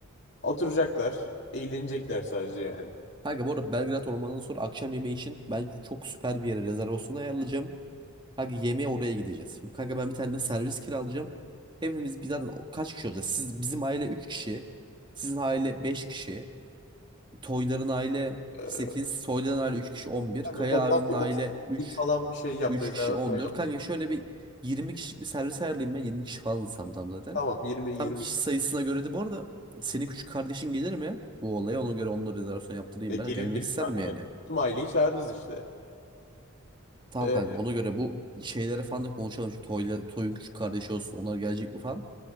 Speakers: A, on the left (about 55°); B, on the right (about 20°).
A: oturacaklar. Eğlenecekler sadece yani.
B: Kanka bu arada Belgrad Ormanı'ndan sonra akşam yemeği için ben çok süper bir yere rezervasyon ayarlayacağım. Kanka yemeğe oraya gideceğiz. Kanka ben bir tane de servis kiralayacağım. Hepimiz bir zaten o- kaç kişi olacağız? Siz, bizim aile 3 kişi. Sizin aile 5 kişi. Toyların aile
A: Ee,
B: 8, Soyların aile 3 kişi 11,
A: kanka
B: Kaya
A: toplam
B: abinin
A: bir
B: aile
A: 30 kişilik
B: üç
A: falan bir şey yap.
B: 3
A: Rezervasyon
B: kişi on
A: yap.
B: dört. Kanka şöyle bir 20 kişilik bir servis ayarlayayım ben. 20 kişi falan tam tam zaten.
A: Tamam 20
B: Tam
A: 20.
B: kişi sayısına göre de bu arada senin küçük kardeşin gelir mi? Bu olaya ona göre onun rezervasyon yaptırayım
A: Ya gelir
B: ben. Gelmek
A: gelir
B: ister
A: kanka.
B: mi yani?
A: Tüm aileyi çağırırız işte.
B: Tamam
A: Ee,
B: kanka ona göre bu şeylere falan da konuşalım. Şu Toyla, Toy'un küçük kardeşi olsun. Onlar gelecek mi falan.